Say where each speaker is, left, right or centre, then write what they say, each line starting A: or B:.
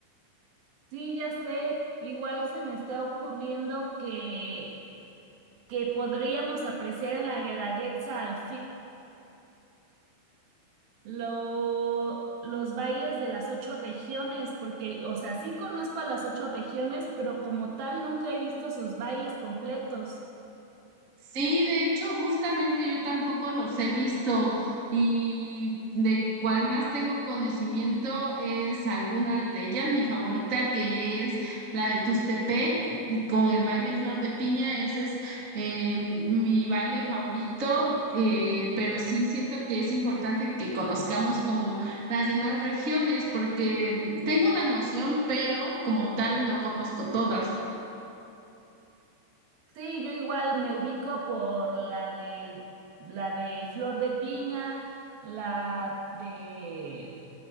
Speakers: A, on the right; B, on the right.
A: Sí, ya sé. Igual se me está ocurriendo que que podríamos apreciar en la Guelaguetza al fin lo- los bailes de las ocho regiones, porque, o sea, sí conozco a las ocho regiones, pero como tal nunca he visto sus bailes completos.
B: Sí, de hecho, justamente yo tampoco los he visto y de cuál más tengo conocimiento es algunas de ellas. Mi favorita que es la de Tustepec con el baile Flor de Piña, ese es eh, mi baile favorito, eh, pero sí siento que es importante que conozcamos como las demás regiones porque mm, tengo una noción, pero como tal no conozco todas.
A: Sí, yo igual me ubico por la del, la de Flor de Piña, la de